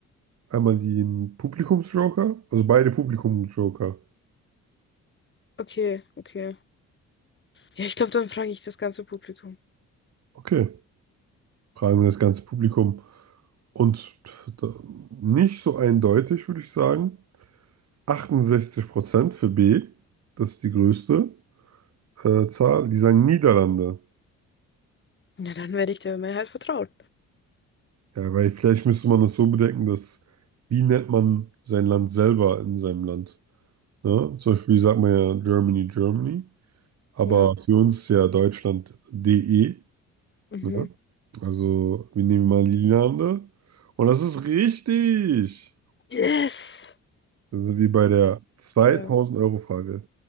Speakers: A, on the right; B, on the left.
A: Einmal den Publikumsjoker, also beide Publikumsjoker.
B: Okay, okay. Ja, ich glaube, dann frage ich das ganze Publikum.
A: Okay, fragen wir das ganze Publikum. Und da- nicht so eindeutig, würde ich sagen. 68% für B, das ist die größte äh, Zahl, die sagen Niederlande.
B: Na, dann werde ich der Mehrheit vertrauen.
A: Ja, weil vielleicht müsste man das so bedenken, dass wie nennt man sein Land selber in seinem Land? Ne? Zum Beispiel sagt man ja Germany, Germany, aber
B: Ja.
A: für uns ist ja Deutschland DE.
B: Mhm.
A: Ne? Also wir nehmen mal Niederlande und das ist richtig.
B: Yes!
A: Das ist wie bei der zweitausend
B: Yeah.
A: euro frage